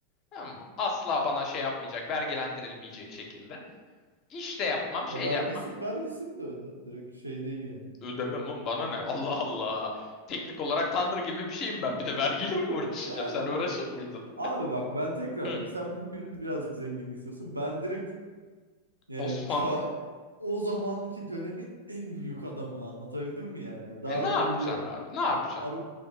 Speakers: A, on the left; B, on the right.
A: Tamam mı? Asla bana şey yapmayacak, vergilendirilmeyecek şekilde. İş de yapmam, şey
B: Ya vergisi
A: de yapmam.
B: vergisini de öde. Direkt şey değil yani.
A: Ödemem oğlum bana ne? Allah Allah. Teknik olarak tanrı gibi bir şeyim ben. Bir de vergiyle mi uğraşacağım?
B: Yani
A: Sen uğraşır mıydın?
B: abi bak ben tekrar
A: Hı,
B: diyorum. Sen bugün birazcık zengin istiyorsun. Ben direkt yani
A: Osmanlı.
B: ka o zamanki dönemin en büyük adamı anlatabildim mi yani? Daha
A: E ne yapacaksın
B: büyüğü yok.
A: abi? Ne yapacaksın?
B: Abi